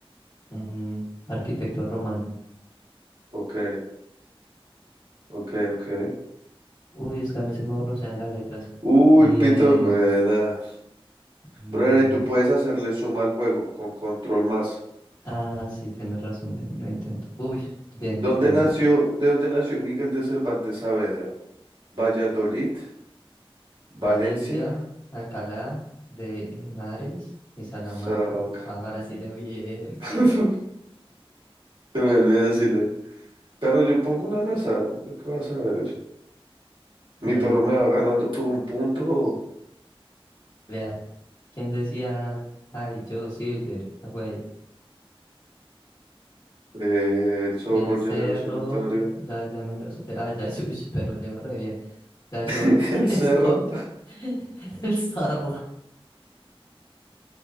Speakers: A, on the left; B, on the right.
A: un arquitecto romano.
B: Ok, ok, ok.
A: Uy, es que a mí se me borrosean las letras.
B: Uy,
A: Bien,
B: pitos, buena.
A: bien,
B: Brother,
A: bien.
B: y tú
A: bien.
B: puedes hacerle suma al juego con control más.
A: Ah, sí, tienes razón, ven y lo intento. Uy, bien,
B: ¿Dónde
A: bien, bien,
B: nació,
A: bien.
B: de dónde nació Miguel de Cervantes Saavedra? Valladolid, Valencia.
A: Palencia, Alcalá de Henares y Salamanca.
B: Salamanca.
A: Ahora sí le doy.
B: <laughs>
A: <laughs>
B: Se me olvidó decirle. Pero yo pongo una al azar, hombre, ¿yo qué vas a ver eso?
A: No,
B: Mi perro me
A: paila.
B: va ganando por un punto.
A: Vea, ¿quién decía? Ay, yo, Silver, ah, güey.
B: eh, el zorro,
A: El
B: el
A: cerro,
B: llanero solitario.
A: la llamerosa. Ah, ya, <laughs> uy, pero leo re bien. Flash
B: <laughs>
A: Gordon, <laughs>
B: El cerro.
A: Spock, <laughs> el zorro.